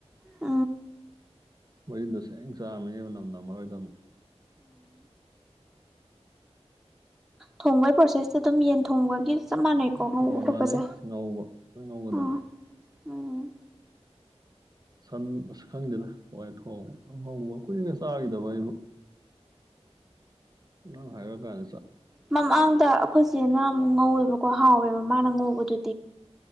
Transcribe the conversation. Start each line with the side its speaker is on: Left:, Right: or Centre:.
Centre: ꯑ
Right: ꯃꯔꯤꯟꯗꯣ ꯁ ꯁꯦꯡ ꯆꯥꯃꯤꯉꯩ ꯃꯅꯝ ꯅꯝꯃꯔꯣꯏꯗꯕꯅꯤ
Centre: ꯊꯣꯡꯕꯒꯤ ꯄ꯭ꯔꯣꯁꯦꯁꯇ ꯑꯗꯨꯝ ꯌꯦꯟ ꯊꯣꯡꯕꯒꯤ ꯆꯞ ꯃꯥꯟꯅꯩꯀꯣ
Right: ꯍꯣꯏ
Centre: ꯉꯧꯕ
Right: ꯍꯣꯏ
Centre: ꯈꯣꯠꯄꯁꯦ
Right: ꯃꯥꯥꯟꯅꯩ ꯉꯧꯕ ꯐꯖꯅ ꯉꯧꯒꯗꯕꯅꯤ
Centre: ꯑꯥ ꯎꯝ
Right: ꯁꯟ ꯑꯁ ꯈꯪꯗꯦꯗ ꯋꯥꯏ ꯊꯣꯡ ꯍꯧꯕ ꯀꯨꯏꯅꯒ ꯆꯥꯈꯤꯗꯕ ꯑꯩꯕꯨ ꯅꯪ ꯍꯥꯏꯔ ꯀꯥꯟ
Centre: ꯃꯃꯥꯡꯗ ꯑꯩꯈꯣꯏ ꯆꯦꯅ ꯑꯃꯨꯛ ꯉꯧꯋꯦꯕꯀꯣ ꯍꯥꯎꯋꯦꯕ ꯃꯥꯅ ꯉꯧꯕꯗꯨ